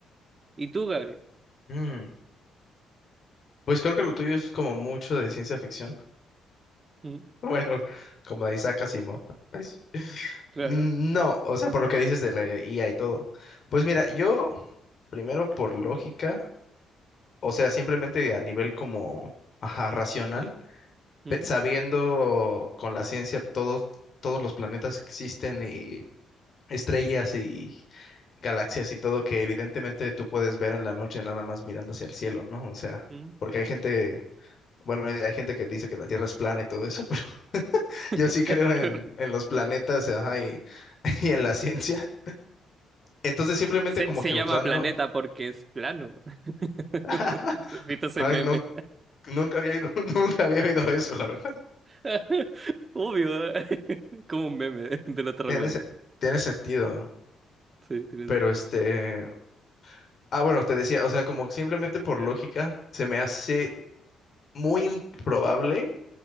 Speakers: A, on the right; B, on the left.
A: ¿Y tú, Gabriel?
B: mm. Pues creo que lo tuyo es como mucho de ciencia ficción. <laughs>
A: Ujú,
B: Bueno, como de Isaac Asimov. ¿sabes?
A: Claro.
B: Mm, No, o sea, por lo que dices de la IA y todo. Pues mira,
A: Ujú,
B: yo primero por lógica, o sea, simplemente a nivel como, ajá, racional.
A: ujú,
B: pe- sabiendo con la ciencia todos, todos los planetas que existen y estrellas y galaxias y todo que evidentemente tú puedes ver en la noche nada más mirando hacia el cielo, ¿no? O sea,
A: ujú.
B: porque hay gente, bueno, hay hay gente que dice que la Tierra es plana y todo eso, pero <laughs>
A: <laughs>
B: yo sí creo en,
A: Claro.
B: en los planetas, ajá, y, <laughs> y en la ciencia. Entonces simplemente
A: Se,
B: como
A: se
B: que
A: llama
B: usando...
A: planeta porque es plano. <laughs>
B: <laughs>
A: ¿Viste ese
B: Ay,
A: meme?
B: no, nunca había oído, <laughs> nunca había oído eso, la verdad.
A: <laughs> Obvio, ¿eh? <laughs> Como un meme del otro
B: Tiene,
A: planeta.
B: se- tiene sentido,
A: Sí, tienes...
B: pero este... Ah, bueno, te decía, o sea, como simplemente por lógica, se me hace muy improbable